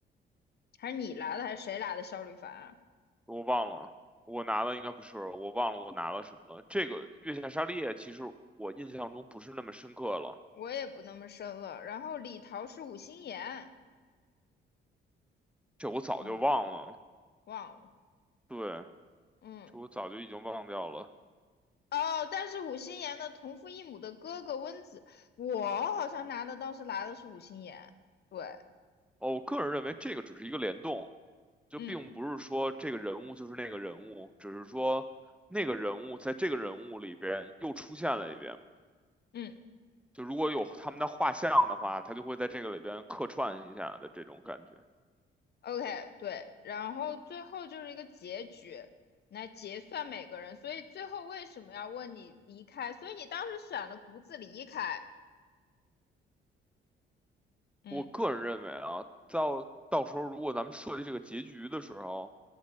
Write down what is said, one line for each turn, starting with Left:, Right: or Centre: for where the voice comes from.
Left: 还是你拿的还是谁拿的肖瑞凡啊？
Centre: 我忘了，我拿的应该不是，我忘了我拿了什么了。这个《月下沙利叶其实我印象中不是那么深刻了，
Left: 我也不那么深了。然后李桃是五心言，
Centre: 这我早就忘了。
Left: 嗯，忘了，
Centre: 对，
Left: 嗯，
Centre: 这我早就已经忘掉了。
Left: 哦，但是五心言的同父异母的哥哥温子，我好像拿的倒是拿的是五心言，对，
Centre: 哦，我个人认为这个只是一个联动，就并不是说这个人物就是那个人物，
Left: 嗯
Centre: 只是说那个人物在这个人物里边又出现了一遍。
Left: 嗯
Centre: 就如果有他们的画像的话，他就会在这个里边客串一下的这种感觉。
Left: ，OK，对，然后最后就是一个结局，来结算每个人，所以最后为什么要问你离开？所以你当时选了独自离开，嗯
Centre: 我个人认为啊，到到时候如果咱们设计这个结局的时候，